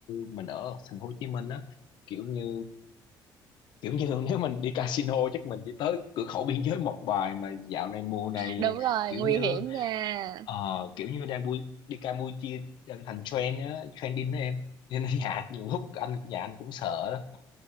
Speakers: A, on the left; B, on the right.
A: mình ở thành phố Hồ Chí Minh á kiểu như kiểu như <laughs> nếu mình đi casino chắc mình chỉ tới cửa khẩu biên giới một bài mà dạo này mùa này
B: đúng rồi,
A: kiểu
B: nguy
A: như
B: hiểm nha.
A: ờ, kiểu như đang vui đi Campuchia đang thành trend á trending đó em nên <laughs> nhà nhiều lúc anh nhà anh cũng sợ đó